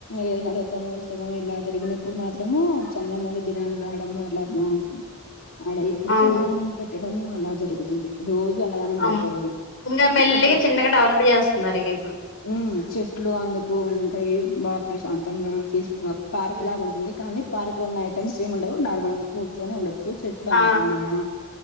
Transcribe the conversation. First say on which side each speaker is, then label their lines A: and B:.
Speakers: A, on the left; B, on the left.
A: ఏదిన రథం ఒస్తే ఇలా జరిగిన ఇప్పుడు మాతము చాలా మంది జనాలు రావడము అట్లా బా ఆడ ఎప్పడికి
B: అవును
A: అన్నదానం పెట్ పెట్టటం అలా జరుగుతుంది. రోజు అన్నదానం
B: అవును
A: పెడతరు.
B: ఇంగా మెల్లిగా
A: కొంచెం
B: చిన్నగా డెవలప్ చేస్తున్నారు ఇక ఇప్పుడు
A: ఉమ్ చెట్లు అందుకు ఉంటాయి బా ప్రశాంతంగా పీస్ పార్క్
B: హ్మ్.
A: లాగా ఉంటుంది కానీ పార్క్ లో ఉన్న ఐటెమ్స్ ఏమి ఉండవు. నార్మల్గా కూర్చొని ఉండొచ్చు. చెట్లు
B: ఆ
A: అందుకున్నాయా